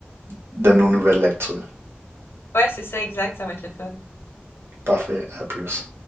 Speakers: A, on the right; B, on the left.
A: de nos nouvelles lectures.
B: Ouais, c'est ça, exact. Ça va être le fun.
A: Parfait, à plus.